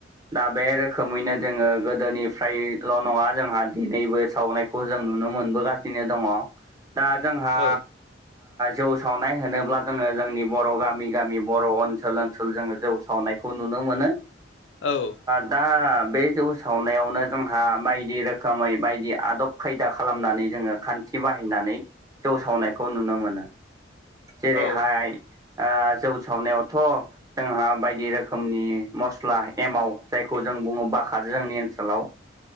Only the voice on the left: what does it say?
औ
औ
औ